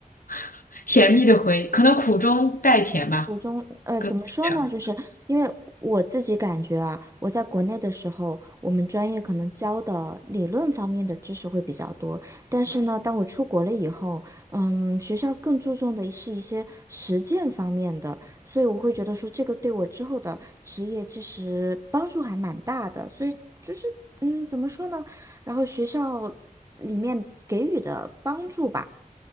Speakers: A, on the left (about 70°); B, on the right (about 20°).
A: <laughs> 甜蜜的回忆，可能苦中带甜吧。
B: 我中，呃，怎么说呢？
A: 这样
B: 就是因为我自己感觉啊，我在国内的时候，我们专业可能教的理论方面的知识会比较多，但是呢，当我出国了以后，嗯，学校更注重的是一些实践方面的，所以我会觉得说这个对我之后的职业其实帮助还蛮大的，所以就是，嗯，怎么说呢？然后学校里面给予的帮助吧，